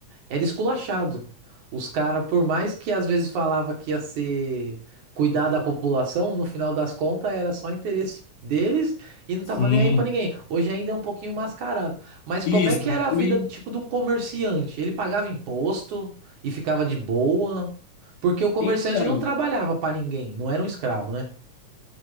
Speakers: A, on the right; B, on the left.
A: era esculachado. Os caras, por mais que às vezes falava que ia ser cuidar da população, no final das contas era só interesse deles e não
B: sim,
A: tava nem aí pra ninguém. Hoje ainda é um pouquinho mascarado. Mas
B: isso,
A: como é que era a
B: fui,
A: vida do tipo de um comerciante? Ele pagava imposto e ficava de boa, porque o comerciante
B: então.
A: não trabalhava pra ninguém, não era um escravo, né?